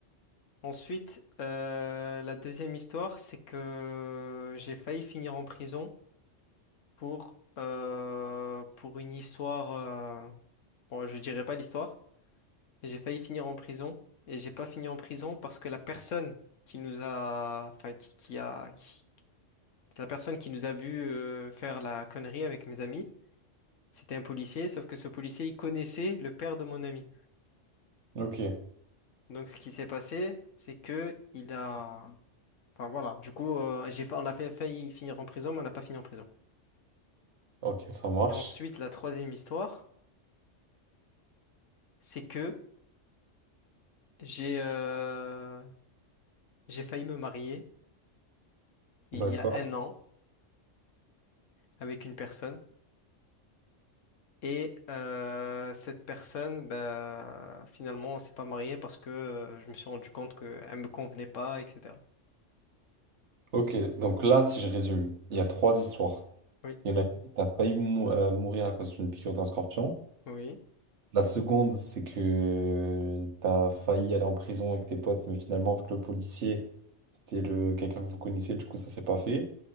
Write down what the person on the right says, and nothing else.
Ok.
Ok, ça marche.
D'accord.
Ok, donc là, si je résume, il y a trois histoires.
Il y en a une qui t'as failli mou- euh, mourir à cause d'une piqûre d'un scorpion.
La seconde, c'est que t'as failli aller en prison avec tes potes, mais finalement, avec le policier, c'était le quelqu'un que vous connaissez, du coup, ça s'est pas fait.